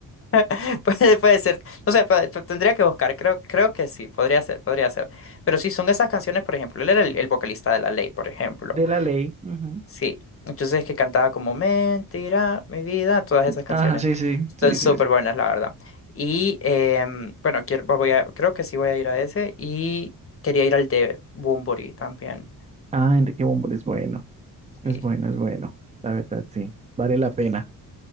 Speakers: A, on the left; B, on the right.
A: <laughs> puede, puede ser, no sé, puede- pu- tendría que buscar, creo, creo que sí, podría ser, podría ser. Pero sí, son esas canciones, por ejemplo, él era el, el vocalista de La Ley, por ejemplo.
B: De la ley. ujú.
A: Sí, entonces es que cantaba como Mentira, mi vida, todas esas canciones.
B: Ajá, sí, sí,
A: Están
B: sí,
A: súper
B: sí, sí.
A: buenas, la verdad. Y em, bueno, quiero, voy a, creo que sí voy a ir a ese y quería ir al de Bunbury también.
B: Ah, Enrique Bunbury es bueno,
A: Sí,
B: es bueno, es bueno. La verdad, sí, vale la pena.